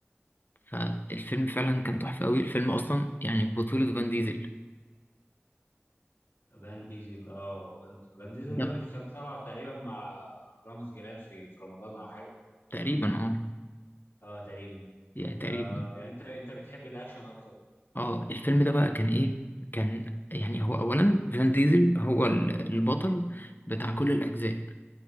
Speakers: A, on the left; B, on the left.
A: فالفيلم فعلا كان تحفة أوي الفيلم أصلا يعني بطولة فان ديزل
B: فان ديزل اه فان ديزل
A: بالظبط
B: ده مش كان طالع تقريبا مع رامز جلال في في رمضان او حاجة
A: تقريبا اه
B: اه تقريبا
A: يعني تقريبا
B: آه يعني انت انت بتحب الاكشن اكتر بقى.
A: اه الفيلم ده بقى كان ايه كان يعني هو اولا فان ديزل هو ال- البطل بتاع كل الاجزاء